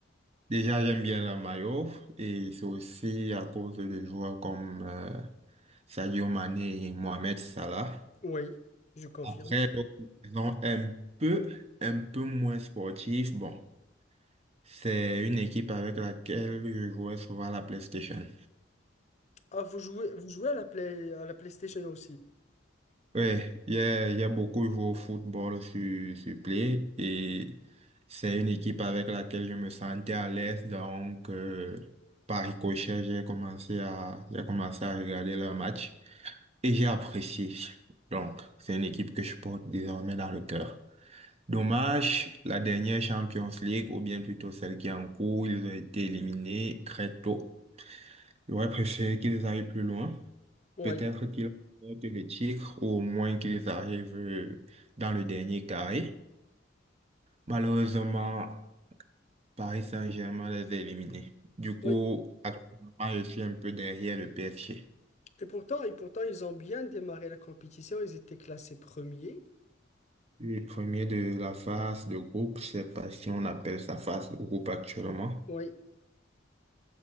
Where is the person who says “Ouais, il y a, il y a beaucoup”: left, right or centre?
Right